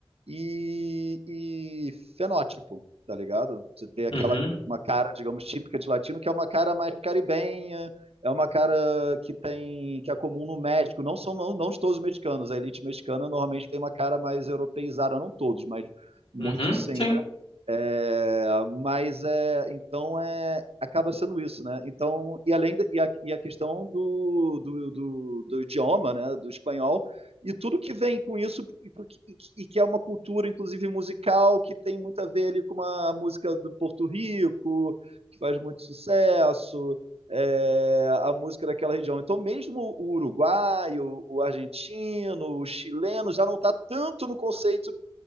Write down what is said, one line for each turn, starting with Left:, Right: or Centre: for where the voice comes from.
Right: e, e fenótipo, tá ligado? Você tem aquela
Left: uhum,
Right: uma cara, digamos, típica de latino, que é uma cara mais caribenha, é uma cara que tem que é comum no México, não são não, não de todos os mexicanos, a elite mexicana normalmente tem uma cara mais europeizada, não todos, mas muitos
Left: uhum,
Right: sim,
Left: sim.
Right: né? É, mas é, então é, acaba sendo isso, né? Então, e além da- e a, e a questão do, do, do, do idioma, né? Do espanhol e tudo que vem com isso e, porque- e que e que é uma cultura, inclusive musical, que tem muito a ver ali com uma música do Porto Rico que faz muito sucesso, é, a música daquela região. Então, mesmo o uruguaio, o argentino, o chileno já não está tanto no conceito